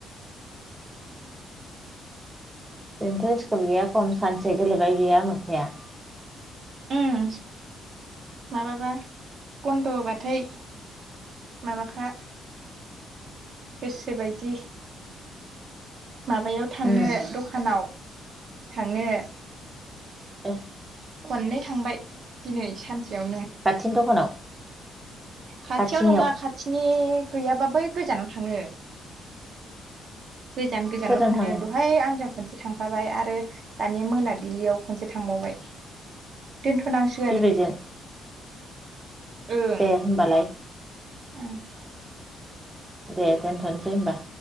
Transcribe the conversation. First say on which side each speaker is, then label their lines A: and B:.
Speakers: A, on the right; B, on the right.
A: दिनैथ' स्कुल गैया खम सानसे गेलेबाय बेयो आमो खाया
B: उम माबाबा बन्द' होबाथाय माबाखा गोसो बायदि माबायाव थांनो
A: ओं
B: दखानाव थांनो
A: बे
B: खननै थांबाय दिनै सानसेयावनो
A: तिन दखानाव
B: खाथियाव
A: खाथिनियाव
B: नङा खाथिनि गैयाबाबो गोजानाव थाङो। गोजान गोजानाव
A: सोरजों
B: थांदों
A: थाङो
B: दहाय आंजों खनसे थां थांफाबाय आरो दानि मोनाबिलियाव खनसे थांबावबाय दोनथ'नांसिगोन
A: बिबैजों
B: ओं
A: दे होमबालाय
B: <inaudible>
A: दे दोनथ'नोसै होमबा